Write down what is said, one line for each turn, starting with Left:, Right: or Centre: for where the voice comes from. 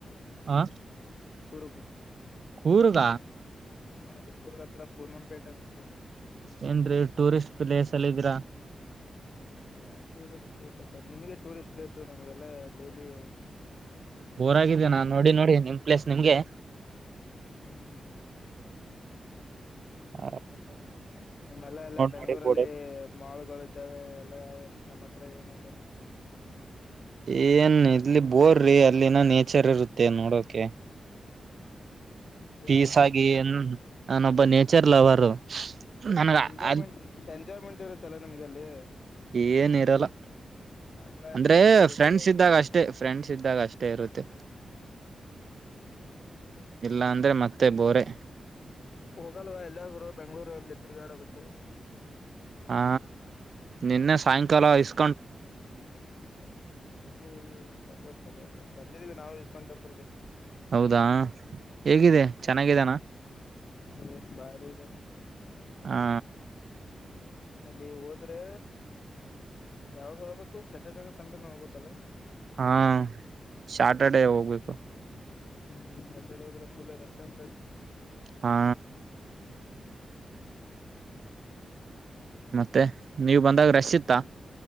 Right: ಆ.
Left: ಕೂರ್ಗ್.
Right: ಕೂರ್ಗ.
Left: ಹ ಚಿಕ್ಕೂರ್ಗ ಹತ್ರ ಪೂನಂಪೇಟೆ ಅಂತ ಇದೇ.
Right: ಏನ್ರೀ ಟೂರಿಸ್ಟ್ ಪ್ಲೇಸ್ ಅಲ್ಲಿದ್ದೀರಾ.
Left: ಯಾವ ಟೂರಿಸ್ಟ್ ಪ್ಲೇಸ್ ಅಪ್ಪ ನಿಮ್ಗೆ ಟೂರಿಸ್ಟ್ ಪ್ಲೇಸ್ ನಮ್ಗೆಲ್ಲಾ ಡೈಲಿ.
Right: ಬೋರ್ ಆಗಿದೆ ನಾ ನೋಡಿ ನೋಡಿ ನಿಮ್ ಪ್ಲೇಸ್ ನಿಮಗೆ.
Left: ಹ್ಮ್.
Right: ಹ್ಮ.
Left: ನಿಮ್ಮಲ್ಲ ಎಲ್ಲ ಬೆಂಗ್ಗಳೂರಲ್ಲಿ
Right: ನೋಡಿ ಬೋಡ
Left: ಮಾಲ್ಗಳು ಇದ್ದಾವೆ ಎಲ್ಲಾವೆ. ನಮ್ಮ ಹತ್ರ ಏನಿಲ್ಲ.
Right: ಏನ್ ಇಲ್ಲಿ ಬೋರ್ರಿ ಅಲ್ಲಿನ ನೇಚರ್ ಇರುತ್ತೆ ನೋಡೋಕೆ.
Left: <inaudible>
Right: ಪೀಸ್
Left: ನೇಚರ್
Right: ಆಗಿ ನಾನೊಬ್ಬ ನೇಚರ್ ಲವರು ನನ
Left: ಎಂಜಾಯ್ಮೆಂಟ್
Right: ಅ.
Left: ಎಂಜಾಯ್ಮೆಂಟ್ ಇರುತ್ತಲ್ಲ ನಮ್ಗೆ ಅಲ್ಲಿ.
Right: ಏನ ಇರಲ್ಲ
Left: ಎಲ್ಲಾ
Right: ಅಂದ್ರೆ
Left: ಎಂಜಾಯ್ಮೆಂಟ್ ಇರುತ್ತೆ
Right: ಫ್ರೆಂಡ್ಸ್ ಇದ್ದಾರೆ ಅಷ್ಟೆ. ಫ್ರೆಂಡ್ಸ್ ಇದ್ದಾಗ ಅಷ್ಟೇ ಇರುತ್ತೆ
Left: ಹ್ಮ್
Right: ಇಲ್ಲ ಅಂದ್ರೆ ಮ. ಮತ್ತೆ ಬೋರೆ.
Left: ಹೋಗಲ್ವಾ ಎಲ್ಲಾದ್ರು ಬೆಂಗ್ಗಳೂರು ಅಲ್ಲಿ ತಿರ್ಗಾಡೋದಕ್ಕೆ.
Right: ಹಾ ನಿನ್ನೆ ಸಾಯಂಕಾಲ ಇಸ್.
Left: ಹ್ಮ ಇಷ್ಟ ಮಾಡ ಬ್ಬರ. <unintelligible> ಬಂದಿದೀವಿ ನಾವು ಇಸ್ಕಾನ್ ಟೆಂಪಲ್ ಗೆ.
Right: ಹೌದಾ ಹೇಗಿದೆ ಚೆನ್ನಾಗಿದ್ದಾನ.
Left: ಏ ಬಾರಿ ಇದೆ
Right: ಹಾ.
Left: ಅಲ್ಲಿ ಹೋದ್ರೆ ಯಾವಾಗ ಹೋಗ್ಬೇಕು ಸ್ಯಾಟರ್ಡೇನ ಸಂಡೇನ ಹೋಗ್ಬೇಕಲ್ಲ.
Right: ಹಾ ಸ್ಯಾಟರ್ಡೇ ಹೋಗ್ಬೇಕು.
Left: ಹ್ಮ್ ಹ್ಮ್ ಸಾಟರ್ಡೆ ಹೋದ್ರೆ ಫುಲ್ ರಸ ಅಂತಷ್ಟ.
Right: ಹಾ. ಮತ್ತೆ ನೀವು ಬಂದಾಗ ರೆಶ ಇತ್ತ.